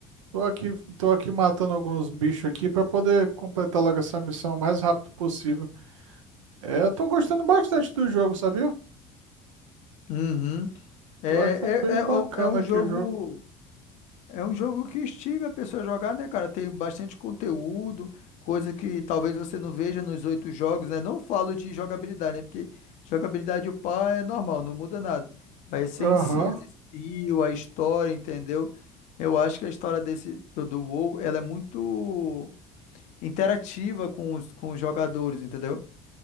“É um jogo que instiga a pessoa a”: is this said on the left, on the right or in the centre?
Left